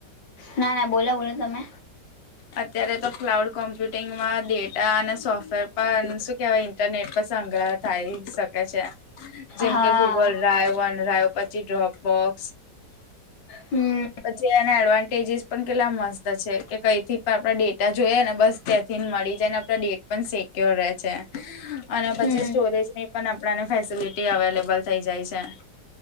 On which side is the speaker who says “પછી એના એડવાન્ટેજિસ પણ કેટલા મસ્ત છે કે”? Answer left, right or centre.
Left